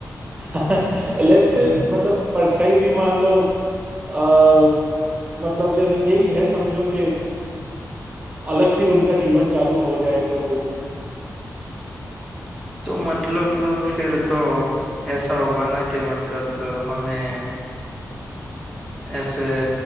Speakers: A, on the right (about 20°); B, in the centre.
A: है <laughs> लेट्स
B: हम्म।
A: से मतलब परछाई भी मान लो अ, मतलब जैसे यही है समझो कि अलग से उनका जीवन चालू हो जाए तो
B: तो मतलब फिर तो ऐसा होगा ना कि मतलब हमें ऐसे